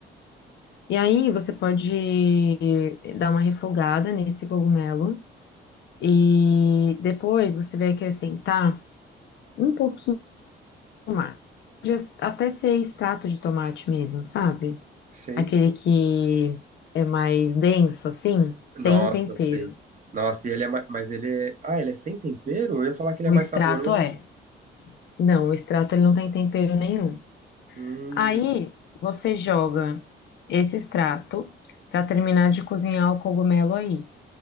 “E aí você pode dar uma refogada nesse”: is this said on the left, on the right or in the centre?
Left